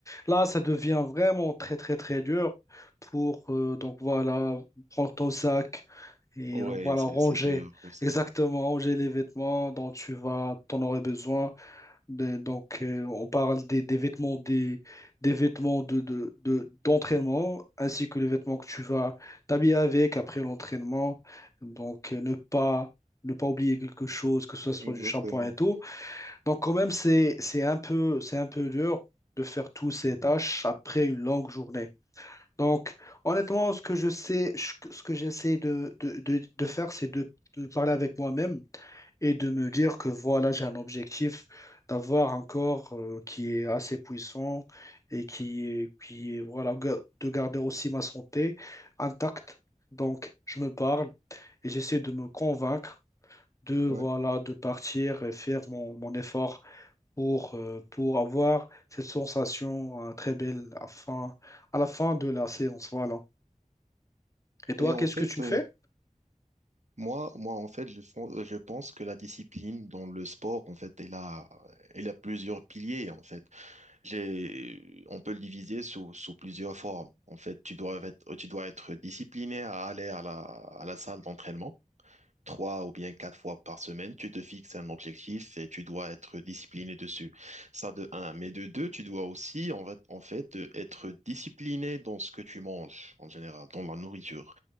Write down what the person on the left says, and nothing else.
là, ça devient vraiment très très très dur pour euh, donc voilà prendre ton sac et
donc voilà
ranger
exactement
ranger les vêtements dont tu vas t'en aurais besoin. Des- donc euh, on parle des, des vêtements des, des vêtements de, de, de- d'entraînement ainsi que les vêtements que tu vas t'habiller avec après l'entraînement. Donc euh, ne pas ne pas oublier quelque chose que ce soit
du shampoing et tout. Donc quand même, c'est c'est un peu c'est un peu dur de faire toutes ces tâches après une longue journée. Donc honnêtement, ce que je sais, ce que ce que j'essaie de, de, de, de faire, c'est de, de parler avec moi-même et de me dire que voilà, j'ai un objectif d'avoir un corps euh, qui est assez puissant et qui est, qui est, voilà, ga- de garder aussi ma santé intacte. Donc je me parle et j'essaie de me convaincre de voilà
de partir et faire mon, mon effort pour, euh, pour avoir cette sensation euh, très belle à, fin- à la fin de la séance. Voilà. Et toi,
qu'est-ce
que tu fais?